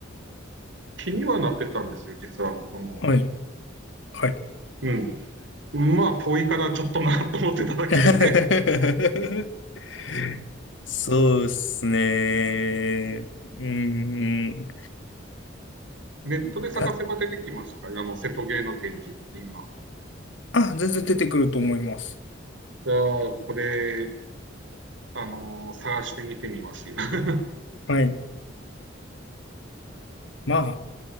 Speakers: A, on the right (about 70°); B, on the left (about 75°).
A: 気にはなってたんですよ、実は僕も。
B: はい。はい。
A: うん。まあ、遠いからちょっとなと思ってただけで
B: <laughs> そうですね。うーん。
A: ネットで探せば出てきますかあの、
B: だ、
A: 瀬戸芸の展示って今。
B: あ、全然出てくると思います。
A: じゃあ、これ、あの、探してみてみますよ。<laughs>
B: はい。まあ、